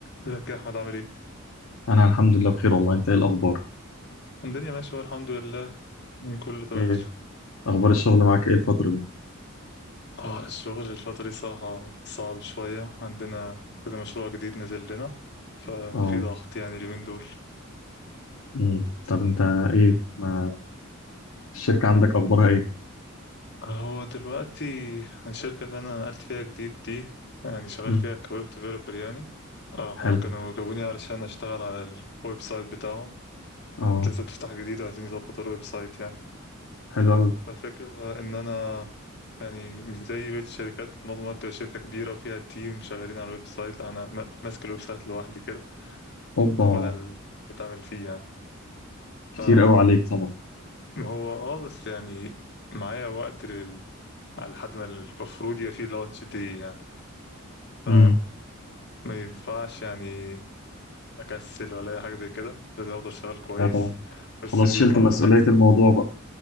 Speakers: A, on the left (about 55°); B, on the left (about 75°).
A: ازيك يا احمد عامل ايه
B: انا الحمد لله بخير والله انت ايه الاخبار
A: الدنيا ماشيه والله الحمد لله يعني كله تمام
B: ايه اخبار الشغل معاك ايه الفتره دي
A: اه الشغل الفتره دي صراحه صعب شويه عندنا كده مشروع جديد نزل لنا ففي
B: اه
A: ضغط يعني اليومين دول
B: امم طب انت ايه ما الشركه عندك اخبارها ايه
A: هو دلوقتي الشركه اللي انا نقلت فيها جديد دي يعني شغال
B: امم
A: فيها كويب ديفلوبر يعني اه هما
B: حلو
A: كانوا جابوني علشان اشتغل على الويب سايت بتاعهم
B: اه
A: لسه بتفتح جديد وعايزين يظبطوا الويب سايت يعني
B: حلو قوي
A: فالفكره ان انا يعني مش زي بقية الشركات منظمة تبقى شركة كبيرة وفيها تيم شغالين على الويب سايت لا أنا ما- ماسك الويب سايت لوحدي كده
B: اوبا
A: وأنا اللي بتعمل فيه يعني
B: كتير
A: ف
B: قوي عليك طبعا
A: هو اه بس يعني معايا وقت لل... على لحد ما المفروض يبقى فيه لانش دي يعني ف
B: امم
A: ما ينفعش يعني أكسل ولا أي حاجة زي كده لازم أفضل شغال كويس
B: ايوه طبعا خلاص
A: بس اللي
B: شلت
A: بيخوف
B: مسؤوليه
A: حتة
B: الموضوع بقى